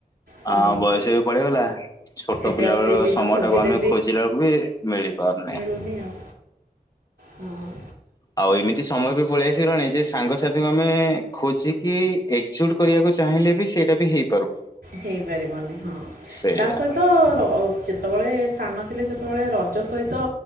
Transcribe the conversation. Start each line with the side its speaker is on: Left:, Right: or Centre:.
Right: ହଁ
Left: ଆଉ ବୟସ ବି ପଳେଇଗଲା, ଛୋଟ
Right: ଏବେ
Left: ପିଲାବେଳ
Right: ଆଉ ସେଇ ଦିନ
Left: ସମୟଟାକୁ
Right: ଖୋଜିଲେ
Left: ଆମେ ଖୋଜିଲାକୁ ବି ମିଳିପାରୁନି।
Right: ବନି ଆଉ ହଁ ହଁ।
Left: ଆଉ ଏମିତି ସମୟ ବି ପଳେଇ ଆସିଲାଣି ଯେ ସାଙ୍ଗସାଥିଙ୍କୁ ଆମେ ଖୋଜିକି ଏକଜୁଟ କରିବାକୁ ଚାହିଁଲେ ବି ସେଇଟା ବି ହେଇ
Right: ହେଇପାରିବନି ହଁ
Left: ସେଇଆ
Right: ତା ସହିତ ଯେତେବେଳେ ସାନ ଥିଲେ ସେତେବେଳେ ରଜ ସହିତ